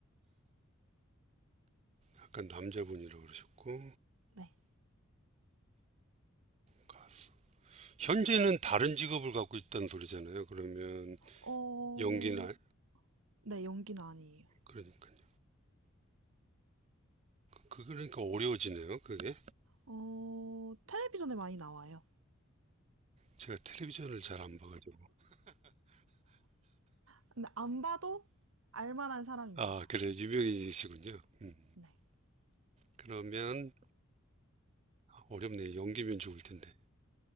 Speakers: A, on the right (about 30°); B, on the right (about 80°).
A: 아까 남자분이라고 그러셨고
B: 네.
A: 가수. 현재는 다른 직업을 갖고 있다는 소리잖아요. 그러면
B: 어,
A: 연기나
B: 네, 연기는 아니에요.
A: 그러니까요. 그 그, 그러니까 어려워지네요. 그게
B: 어, 텔레비전에 많이 나와요.
A: 제가 텔레비전을 잘 안 봐가지고
B: 근데 안 봐도 알만한 사람입니다.
A: 아 그래 유명인이시군요. 음,
B: 네.
A: 그러면 어렵네요. 연기면 좋을 텐데